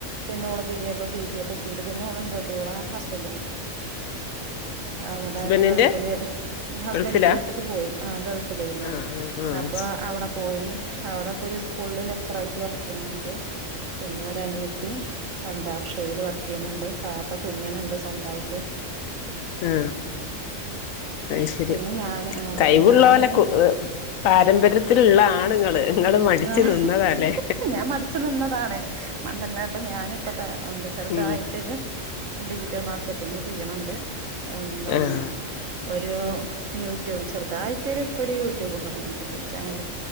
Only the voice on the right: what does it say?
പിന്നെ ഓള് ബി എഡ് ഇപ്പം പീ ജി യൊക്കെ ചെയ്തു പിന്നെ ഓള് <unintelligible> തട്ടിയോള ഹസ്ബൻഡിന്റെ അവിടെ
ഗൾഫില് ഹസ്ബൻഡിന്റെ
അടുത്തേക്ക് പോയി ആ ഗൾഫിലായിരുന്നു
അപ്പൊ അവിടെ പോയി അവിടെ ഇപ്പൊ ഒരു സ്കൂളില് ലെക്ചറ ആയിട്ട് വർക്ക് ചെയ്യുന്നുണ്ട് പിന്നെ ഒരു അനിയത്തി എന്താക്ഷൽ വർക്ക് ചെയ്യുന്നുണ്ട് താത്ത തുന്നണുണ്ട് സ്ന്തായിട്ട്
പിന്നെ ഞാന് ആ
പിന്നെ ഞാനൊരു
ആഹ്
ഞാൻ മടിച്ചു നിന്നതാണ് മണ്ടല്ല അപ്പൊ ഞാനിപ്പ ത എന്താ ചെറുതായിട്ടൊരു
ഡിജിറ്റൽ മാർക്കറ്റിങ്ങ് ചെയ്യണണ്ട് എന്താണ്
ഒരു യൂട്യൂബ് ചെറുതായിട്ട്ൊ ഇപ്പ ഒരു യൂട്യൂബും തുടങ്ങിയിട്ടുണ്ട് ചാനല്